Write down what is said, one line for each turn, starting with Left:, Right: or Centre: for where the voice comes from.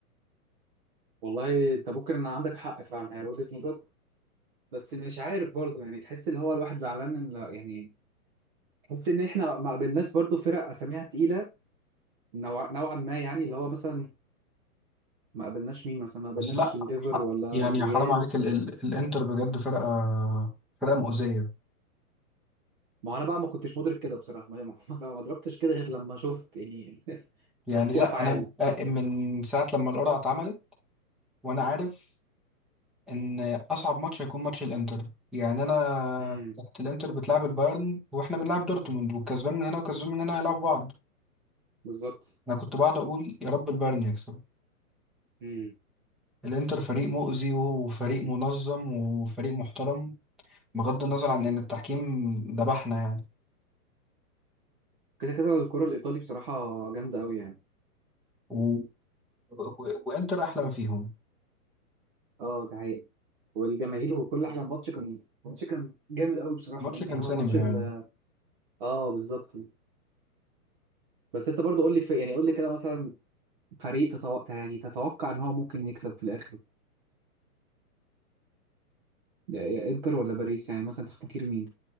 Right: <laughs> والله انت ممكن ان عندك حق فعلا هي وجهه نظر بس مش عارف برضو يعني تحس اللي هو الواحد زعلان ان يعني تحس ان احنا ما قابلناش برضو فرق اساميها تقيله نوع... نوعا ما يعني اللي هو مثلا ما قابلناش مين مثلا ما قابلناش
Centre: بس لا
Right: الليفر ولا
Centre: يعني
Right: الريال
Centre: حرام عليك ال ال الانتر بجد فرقة فرقة مؤذية
Right: ما هو انا بقى ما كنتش مدرك كده بصراحه ما ما <laughs> ما ضربتش كده غير لما شفت يعني <laughs>
Centre: يعني
Right: كان في
Centre: لا
Right: افعال
Centre: انا من ساعة لما القرعة اتعملت وانا عارف ان اصعب ماتش هيكون ماتش الانتر يعني انا
Right: امم
Centre: كانت الانتر بتلعب البايرن واحنا بنلعب دورتموند والكسبان من هنا وكسبان من هنا هيلعبوا بعض
Right: بالظبط
Centre: انا كنت بقعد اقول يا رب البايرن يكسب
Right: امم
Centre: الانتر فريق مؤذي وفريق منظم وفريق محترم بغض النظر عن ان التحكيم ذبحنا يعني
Right: كده كده الكره الايطالي بصراحه جامده قوي يعني
Centre: و... و... وانتر احلى ما فيهم
Right: اه ده حقيقي والجماهير وكل حاجه الماتش كان الماتش كان جامد قوي بصراحه
Centre: الماتش
Right: يعني
Centre: كان
Right: هو
Centre: سينما
Right: الماتش ال-
Centre: يعني
Right: اه بالظبط بس انت برضو قول لي في... يعني قول لي كده مثلا فريق تتوقع يعني تتوقع ان هو ممكن يكسب في الاخر يا يا انتر ولا باريس يعني مثلا تفتكر مين